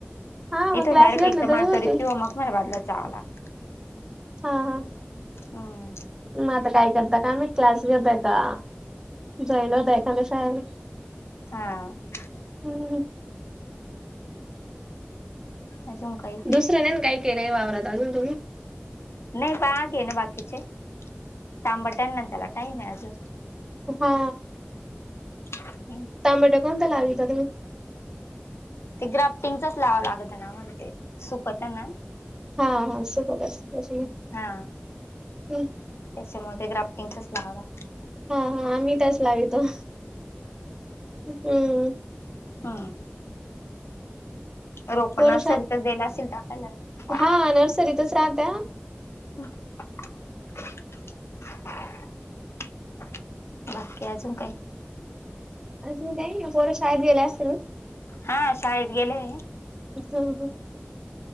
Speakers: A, on the right; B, on the left.
A: हा मग
B: इथून
A: क्लास
B: डायरेक्ट
A: घेतले
B: एक तर
A: तरी
B: मातोरीत
A: होतील
B: किंवा मग मलबादला जावं लागत.
A: हा हा
B: हो
A: मग आता काय करता काय माहित क्लास घेतंय का जॉईन होतय
B: हा
A: <unintelligible>
B: अजून काही
A: दुसरं नाही न काय केलंय वावरत अजून तुम्ही?
B: नाही बाग ये ना बाकीचे तांबट आहे ना त्याला काही नाही अजून
A: हा
B: <unintelligible>
A: टोमॅटो कोणता लाविता तुम्ही?
B: ते ग्राफ्टिंगचच लावंव लागतं ना म्हण ते सुकत ना
A: हा हा सुकत असत हम्
B: हा त्याच्यामुळे ते ग्राफ्टिंगच लावला
A: हा हा आमी तेच लावीतो हुं
B: हा हा रोपं
A: पोरं
B: नर्सरीतच
A: शा
B: देला असेल टाकायला ना
A: हा, नर्सरीतच राह त्या,
B: <unintelligible> बाकी अजून काही,
A: अजून काही नाही, पोरं शाळेत गेले असतील ना?
B: हा शाळेत गेले.
A: हो,